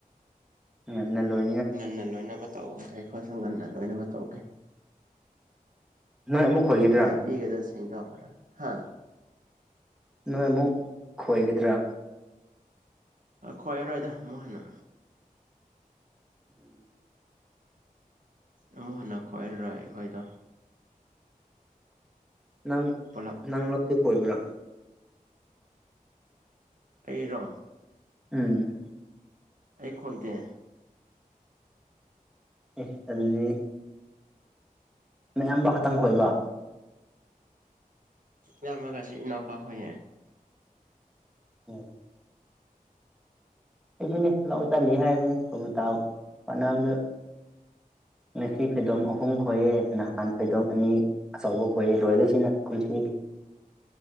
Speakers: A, in the centre; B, on the right.
A: ꯉꯟꯅꯥ ꯂꯣꯏ
B: ꯉꯟꯅ ꯂꯣꯏꯅꯕ ꯇꯧꯑꯣ ꯍꯥꯏꯌꯣ ꯑꯩꯈꯣꯏꯁꯨ ꯉꯟꯅ ꯂꯣꯏꯅꯕ ꯇꯧꯒꯦ
A: ꯅꯣꯏ ꯑꯃꯨꯛ ꯈꯣꯏꯒꯗ꯭ꯔꯥ
B: ꯅꯥꯄꯤꯒꯗꯣ ꯁꯦꯡꯗꯣꯛꯑꯒ ꯍꯥ
A: ꯅꯣꯏ ꯑꯃꯨꯛ ꯈꯣꯏꯒꯗ꯭ꯔꯥ
B: ꯈꯣꯏꯔꯔꯣꯏꯗ ꯑꯃꯨꯛ ꯍꯟꯅ
A: ꯎꯝ
B: ꯑꯃꯨꯛ ꯍꯟꯅ ꯈꯣꯏꯔꯔꯣꯏ ꯑꯩꯈꯣꯏꯗꯣ
A: ꯅꯪ
B: ꯄꯨꯂꯞ
A: ꯅꯪ ꯂꯣꯟꯗꯤ ꯈ‌ꯣꯏꯕ꯭ꯔꯥ
B: ꯑꯩꯔꯣ
A: ꯎꯝ
B: ꯑꯩ ꯈꯣꯏꯗ‌ꯦ
A: ꯑꯦꯁ ꯑꯗꯨꯗꯤ ꯃꯌꯥꯝꯕ ꯈꯛꯇꯪ ꯈꯣꯏꯕ
B: ꯏꯌꯥꯝꯕꯒ ꯁꯤ ꯏꯅꯥꯎꯄꯥꯒ ꯈ‌ꯣꯏꯌꯦ
A: <unintelligible> ꯑꯩꯁꯨꯅꯦ ꯂꯧ ꯆꯠꯂꯤ ꯍꯥꯏꯕꯅꯤ ꯁꯨꯝ ꯇꯥꯕ ꯐꯥꯟꯅꯕꯗ ꯉꯁꯤ ꯐꯩꯗꯣꯝ ꯑꯍꯨꯝ ꯈꯣꯏꯌꯦ ꯅꯍꯥꯟ ꯐꯩꯗꯣꯝ ꯑꯅꯤ ꯑꯆꯧꯕ ꯈꯣꯏꯌꯦ ꯂꯣꯏꯔ‌ꯦ ꯁꯤꯅ ꯀꯨꯝꯁꯤꯒꯤ